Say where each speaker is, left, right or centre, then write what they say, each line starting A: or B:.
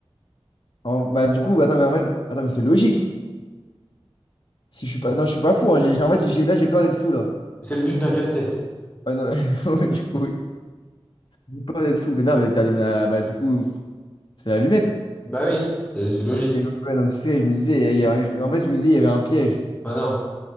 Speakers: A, on the left (about 50°); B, on the left (about 15°).
A: en- bah du coup, attends, mais en fait, attends, mais c'est logique. Si je suis pas, non, je suis pas fou. Hein. J'ai- j'ai- en fait, j'ai là, j'ai peur d'être fou là.
B: C'est le but d'un casse-tête.
A: Ouais, non, <laughs> mais- du coup, oui. J'ai peur d'être fou. Mais non, mais t'allumes la, bah du coup, c'est l'allumette.
B: Bah oui, c'est c'est logique.
A: Ok, ouais, ouais, non, mais c'est ça. Je me disais, il y a- je- en fait, je me disais, il y avait un piège.
B: Bah non.